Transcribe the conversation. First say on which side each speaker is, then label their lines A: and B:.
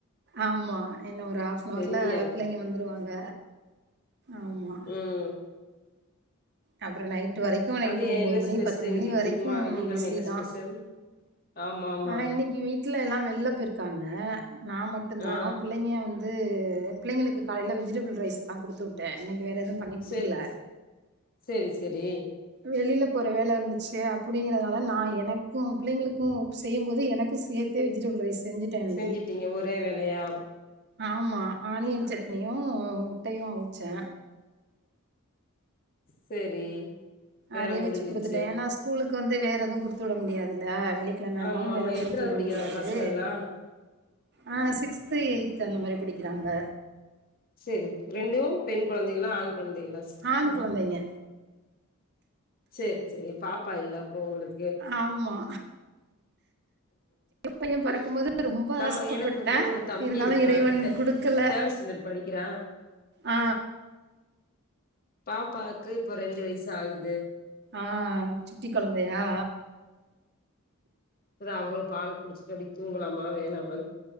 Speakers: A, on the right; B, on the left.
A: ஆமா இன்னு ஒரு ஹாஃன்னவுர்ல
B: சரியா இருக்கு
A: பிள்ளைங்க வந்துருவாங்க ஆமா
B: உம்
A: அப்புறோ நைட்டு வரைக்கு நைட்டு
B: மதியோ
A: ஒம்பது
B: என்ன
A: மணி
B: ஸ்பெஷல்
A: பத்து
B: இன்னைக்கு
A: மணி வரைக்கு
B: ஜும்மா வெள்ளிக்கெழம
A: பிஸி
B: என்ன
A: தா
B: ஸ்பெஷல் ஆமா ஆமா
A: ஆ இன்னைக்கு வீட்ல எல்லா வெள்ல போயிர்க்காங் நா மட்டும்தா
B: ஆ ஆ
A: பிள்ளையாங்க வந் து பிள்ளைங்களுக்கு காலைல வெஜுடேஃபுல் ரைஸ் தா குடுத்து உட்டே நீங்க வேற எது பண்ணி குடுக்கல்ல
B: செரி செரி செரி
A: வெளியில போற வேல இருந்துச்சு அப்டிங்கறதுனால நா எனக்கு பிள்ளைங்களுக்கு செய்யுபோது எனக்கு சேத்தே வெஜிடேஃபுள் ரைஸ் செஞ்சுட்டேன் இன்னைக்கு.
B: செஞ்சிட்டீங்க ஒரே வேலையா
A: ஆமா ஆனியன் சட்னியு முட்டையு அவுச்சே
B: செரி வேல
A: அதே
B: முடிஞ்சிச்சு
A: வச்சு குடுத்துட்டே ஏன்னா ஸ்கூலுக்கு வந்து வேற எது குடுத்து விட முடியாதுல வெள்ளி கெழமையா இருந்தாலு
B: ஆமா
A: வேற
B: ஆமா
A: எதுவு
B: எத்தனாவது
A: குடுத்து விட
B: படிக்கிறாங்க
A: முடியாது
B: பசங்கள்லா
A: அ சிக்ஸ்த்து எயித்து அந்த மாரி படிக்கிறாங்க
B: செரி ரெண்டு பெண் குழந்தைகளு ஆண் குழந்தைகளு
A: ஆண் கொழந்தைங்க
B: செர் செரி பாப்பா இல்ல அப்போ ஒங்களுக்கு
A: ஆமா பையன்
B: <inaudible>
A: பிறக்கும்போது ரொம்ப
B: ஆமா
A: ஆசைப்பட்டேன்
B: எனக்கு வந்து ஒரு தம்பி
A: இருந்தாலு
B: இருக்கான்
A: இறைவன்
B: தேர்ட்
A: குடுக்கல
B: ஸ்டாண்டர்ட் படிக்கிறா
A: ஆ
B: பாப்பாக்கு இப்ப ரெண்டு வயசு ஆகுது
A: ஆ சுட்டி கொழந்தையா
B: இப்பதா அவங்களு பால குடிச்சுட்டு அப்டி தூங்கலாமா வேணாமனு